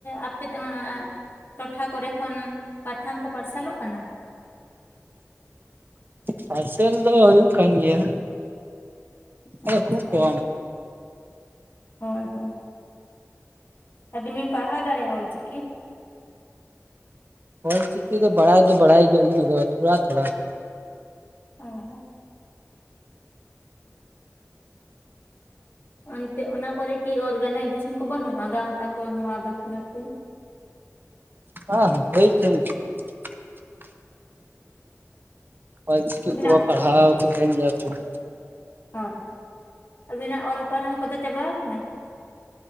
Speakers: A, on the left (about 40°); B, on the right (about 40°).
A: ᱟᱯᱮ ᱫᱚ ᱚᱱᱟ ᱴᱚᱴᱷᱟ ᱠᱚᱨᱮ ᱠᱷᱚᱱ ᱯᱟᱛᱷᱟᱢ ᱠᱚ ᱯᱟᱨᱥᱟᱞᱚᱜ ᱠᱟᱱᱟ?
B: ᱯᱷᱟᱨᱥᱮᱞ ᱫᱚ ᱦᱩᱭᱩᱜ ᱠᱟᱱ ᱜᱮᱭᱟ,
A: ᱟᱪᱪᱷᱟ
B: ᱟᱫᱚ ᱠᱷᱩᱵ ᱠᱚᱢ ᱾
A: ᱦᱳᱭ ᱦᱳᱭ ᱾ ᱟᱵᱤᱱ ᱵᱤᱱ ᱯᱟᱲᱦᱟᱣ ᱫᱟᱲᱮᱭᱟᱜ-ᱟ ᱚᱞ-ᱪᱤᱠᱤ?
B: ᱚᱞ-ᱪᱤᱠᱤ ᱫᱚ ᱵᱟᱲᱟᱭ ᱫᱚ ᱵᱟᱲᱟᱭ ᱜᱮᱭᱟᱞᱤᱧ ᱟᱫᱚ ᱛᱷᱚᱲᱟ ᱛᱷᱚᱲᱟ ᱾
A: ᱚ ᱦᱚ ᱾ ᱚᱱᱛᱮ ᱚᱱᱟ ᱠᱚᱨᱮ ᱠᱤ ᱚᱨᱜᱟᱱᱟᱭᱡᱮᱥᱚᱱ ᱠᱚ ᱵᱟᱹᱱᱩᱜ-ᱟ ᱜᱟᱶᱛᱟ ᱠᱚ ᱱᱚᱣᱟ ᱵᱟᱠᱷᱨᱟᱛᱮ?
B: <unintelligible> ᱚᱞᱪᱤᱠᱟᱹ
A: ᱟᱵᱤᱱᱟᱜ
B: ᱠᱚ ᱯᱟᱲᱦᱟᱣ ᱠᱚ ᱛᱟᱦᱮᱱ ᱜᱮᱭᱟ ᱠᱚ ᱾
A: ᱦᱳᱭ ᱦᱳᱭ, ᱟᱹᱵᱤᱱᱟᱜ ᱚᱞ ᱯᱟᱲᱦᱟᱣ ᱠᱚᱫᱚ ᱪᱟᱵᱟ ᱟᱠᱟᱱᱟ?